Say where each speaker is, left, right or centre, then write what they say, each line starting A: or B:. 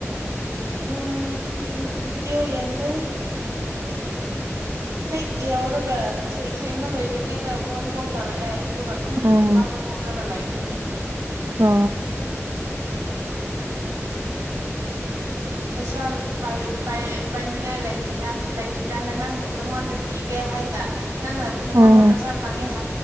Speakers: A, on the right; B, on the right.
A: ꯎꯝ ꯕꯤꯗꯤꯌꯣ ꯌꯦꯡꯗꯦ ꯍꯦꯛ ꯌꯧꯔꯒ ꯁꯦꯡꯕ ꯂꯣꯏꯗ꯭ꯔꯤꯉꯩꯗ ꯕꯣꯟ ꯒꯣꯜ ꯇꯧꯔꯛꯑꯦ ꯑꯗꯨꯒ ꯑꯗꯨꯝ
B: ꯎꯝ
A: ꯃꯥꯕꯨ ꯈꯨꯝꯂꯒ ꯂꯩꯕꯅꯤ
B: ꯑꯣ
A: ꯄꯩꯁꯥ <unintelligible> ꯄꯥꯏꯌꯦ ꯄꯥꯏꯅꯤꯡꯉꯥꯏ ꯂꯩꯇ꯭ꯔꯤꯉꯥꯟ ꯂꯩꯇ꯭ꯔꯤꯀꯥꯟꯗ ꯅꯪꯕꯨ ꯅꯪꯉꯣꯟꯗ ꯄꯤꯒꯦ ꯍꯥꯏꯅ ꯅꯪꯅ ꯅꯪꯉꯣꯟꯗ
B: ꯎꯝ
A: ꯄꯩꯁꯥ ꯐꯪꯉꯦ